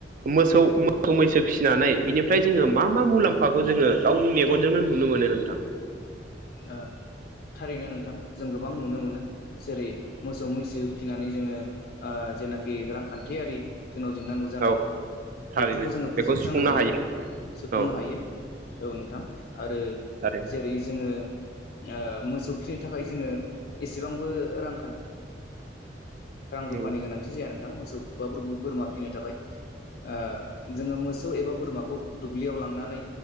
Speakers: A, on the right (about 50°); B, on the left (about 55°).
A: मोसौ मोसौ मैसो फिसिनानै बिनिफ्राय जोङो मा मा मुलाम्फाखौ जोङो गावनि मेगनजोंनो नुनो मोनो नोंथां?
B: ओ थारैनो नोंथां जों गोबां नुनो मोनो जेरै मोसौ मैसो फिनानै जोङो ओ जेनाखि रांखान्थियारि जोंनाव जेंना नुजानाय
A: औ थारैनो
B: बेफोरखौ जोङो
A: बेखौ
B: फोजोबस्रांनो
A: सुफुंनो
B: हायो सुफुंनो
A: औ
B: हायो औ नोंथां। आरो
A: थारैनो
B: जेरै जोङो ओ मोसौ फिसिनो थाखाय जोङो एसेबांबो रां
A: नंगौ
B: रुफानि गोनांथि जाया नोंथां मोसौ बा बुर बोरमा फिनो थाखाय अ जोङो मोसौ एबा बोरमाखौ दुब्लियाव लांनानै